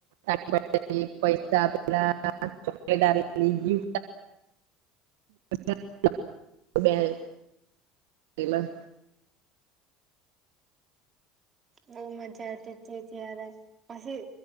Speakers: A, on the right; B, on the right.
A: <inaudible> પૈસા આપલા, ચોકલેટ આપલી. <inaudible> કેલા.
B: બહ મજા આતી તી ત્યારે. પછી